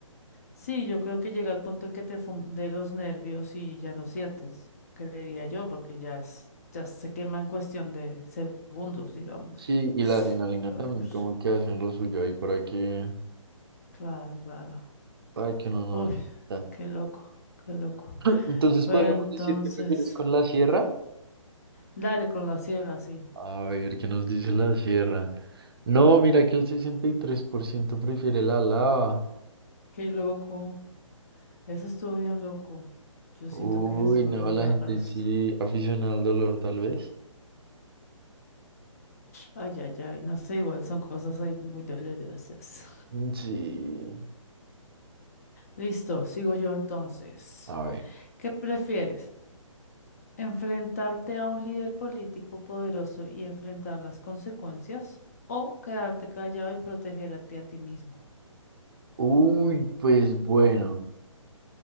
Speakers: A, on the left (about 30°); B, on the right (about 45°).
A: Sí, yo creo que llega el punto en que te funde los nervios y ya no sientes, creería yo, porque ya es, ya se quema en cuestión de segundos, digamos.
B: Sí, y
A: <sighs>
B: la adrenalina
A: Ay,
B: también
A: ush,
B: como que hacen lo suyo ahí para que,
A: claro, claro.
B: para que uno no
A: Uy,
B: sienta.
A: qué loco, qué loco.
B: <clears throat> Entonces
A: Bueno,
B: podríamos
A: entonces,
B: decir que prefieres con la sierra.
A: dale con la sierra, sí.
B: A ver, ¿qué nos dice la sierra? No, mira que el 63% prefiere la lava.
A: Qué loco. Eso estuvo bien loco. Yo
B: Uy,
A: siento que eso
B: no,
A: dolería
B: la gente
A: gasto.
B: sí, aficionada al dolor tal vez.
A: Ay, ay, ay, no sé, igual son cosas ahí muy dolorosas.
B: Mm, Sí,
A: Listo, sigo yo entonces.
B: a ver.
A: ¿Qué prefieres? ¿Enfrentarte a un líder político poderoso y enfrentar las consecuencias? ¿O quedarte callado y protegerte a ti mismo?
B: Uy, pues bueno.